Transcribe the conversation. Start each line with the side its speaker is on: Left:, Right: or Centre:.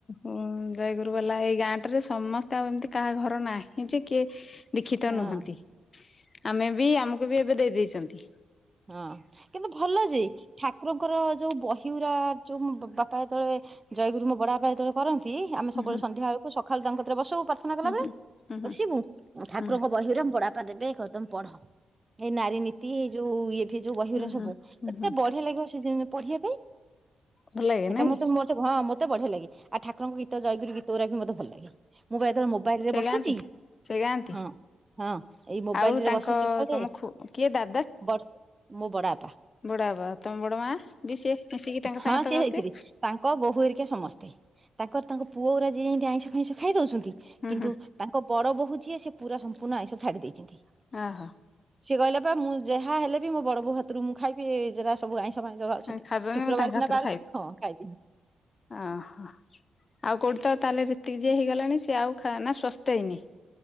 Left: ହୁଁ ଜୟଗୁରୁ ବାଲା ଏଇ ଗାଁ ଟାରେ ସମସ୍ତେ ଆଉ ଏମିତି କାହା ଘର ନାହିଁ ଯେ କିଏ ଦୀଖିତ
Right: ହଁ
Left: ନୁହନ୍ତି ଆମେ ବି ଆମକୁ ବି ଏବେ ଦେଇ ଦେଇଛନ୍ତି।
Right: ହଁ କିନ୍ତୁ ଭଲ ଯେ ଠା କୁରଙ୍କର ଯୋଉ ବହିଉରା ଯୋଉ ବାପା ଯେତେବେଳେ ଜୟଗୁରୁ ମୋ ବଡ ବାପା ଯେତେବେଳେ କରନ୍ତି ଆମେ ସବୁବେଳେ
Left: ହୁଁ ହୁଁ
Right: ସନ୍ଧ୍ୟା ବେଳକୁ ସକାଳୁ ତାଙ୍କକତିରେ ବସଉ ପା ମନା କଲା
Left: ହୁଁ
Right: ବଳେ
Left: ହୁଁ ହୁଁ ହୁଁ
Right: ବସିବୁ ଠାକୁରଙ୍କ
Left: ହୁଁ
Right: ବହିର ପଢାପା ଦି କଦମ ପଢ। ଏଇ ନାରୀ ନୀତି ଏଇ ଯୋଉ ଏବେ ଯୋଉ ବହି
Left: ହୁଁ
Right: ଉରା
Left: ହୁଁ
Right: ସବୁ
Left: ହୁଁ
Right: ଏତେ
Left: ହୁଁ
Right: ବଢିଆ ଲାଗିବ ସେ ଯେମିତି ପଢିବା ପାଇଁ
Left: ଭଲ ଲାଗେ
Right: ଏଟା
Left: ନାଇଁ
Right: ମତେ ମ ମତେ ହଁ ମତେ ବଢିଆ ଲାଗେ ଆ ଠାକୁରଙ୍କ ଗୀତ ଜୟଗୁରୁ ଗୀତ ଗୁରା ବି ମୋତେ ଭଲ ଲାଗେ। ମୁଁ ବା ଏଥର ମୋବାଇଲରେ
Left: ସେ
Right: ବସୁଛି।
Left: ଗାଆନ୍ତି? ସେ ଗାଆନ୍ତି
Right: ହଁ ହଁ ଏଇ ମୋବାଇଲରେ
Left: ଆଉ ତାଙ୍କ
Right: ବସୁଛି ଘରେ।
Left: ତମ ଖୁ କିଏ ଦା
Right: ବର ମୁଁ ବଡ ବାପା
Left: ବଡ ବାପା ତମେ ବଡ ମା ବି ସେ ମିଶିକି ତାଙ୍କ
Right: ହଁ
Left: ସାଙ୍ଗେ ତ
Right: ସିଏ
Left: ଗାଉଥିବେ?
Right: ଯାଇଥିଲେ ତାଙ୍କ ବୋହୂ ଏରିକା ସମସ୍ତେ ତାଙ୍କର ତାଙ୍କ ପୁଅ ଉରା ଯିଏ ଯେମିତି ଏମତି ଆଇଁଷ ଫାଇଁଷ ଖାଇ ଦଉଛନ୍ତି
Left: ହୁଁ
Right: କିନ୍ତୁ
Left: ହୁଁ
Right: ତାଙ୍କ ବଡ ବୋହୂ ଯିଏ ସେ ପୁରା ସମ୍ପୂର୍ଣ୍ଣ ଆଇଁଷ ଛାଡି ଦେଇଛନ୍ତି।
Left: ହଁ ହଁ।
Right: ସିଏ କହିଲେ ପା ମୁଁ ଯାହା ହେଲେ ବି ମୋ ବଡ ବୋଉ ହାତରୁ ମୁଁ ଖାଇବି ଯରା ସବୁ ଆଇ ସ ଫାଇସ ବାରୁଛନ୍ତି
Left: ଖାଉଛନ୍ତି
Right: ଶୁକ୍ରବାର
Left: ମୁଁ ତାଙ୍କ
Right: ସିନା
Left: ହାତରୁ
Right: ବାରୁ ହଁ ଖାଇବି।
Left: ଓ ହୋ! ଆଉ କୋଉଠି ତ ତାହେଲେ ଯେତିକି ଯିଏ ହେଇଗଲେଣି ସିଏ ଆଉ ଖା ନା ସୁସ୍ଥ ହେଇନି